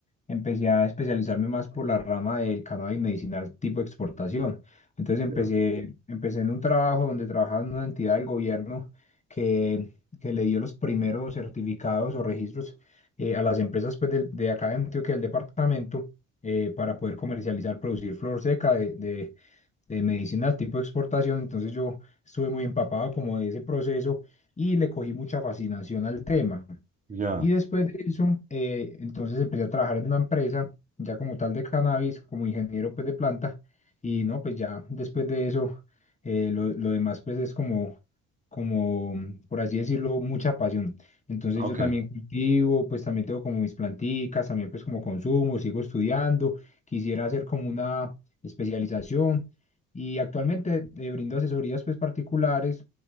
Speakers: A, on the left; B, on the right.
A: empecé a especializarme más por la rama del cannabis medicinal tipo exportación. Entonces empecé,
B: Ya,
A: empecé en un trabajo donde trabajaba en una entidad del gobierno que, que le dio los primeros certificados o registros eh, a las empresas pues, del- de acá de Antioquia, del departamento eh, para poder comercializar, producir flor seca de, de, de medicinal tipo exportación. Entonces yo estuve muy empapado como de ese proceso y le cogí mucha fascinación al tema.
B: ya,
A: Y después de eso, eh, entonces empecé a trabajar en una empresa, ya como tal de cannabis, como ingeniero pues de planta. Y no, pues ya después de eso, eh, lo, lo demás pues es como, como, por así decirlo, mucha pasión. Entonces
B: ok,
A: yo también cultivo, pues también tengo como mis planticas, también pues como consumo, sigo estudiando, quisiera hacer como una especialización. Y actualmente eh, brindo asesorías pues particulares,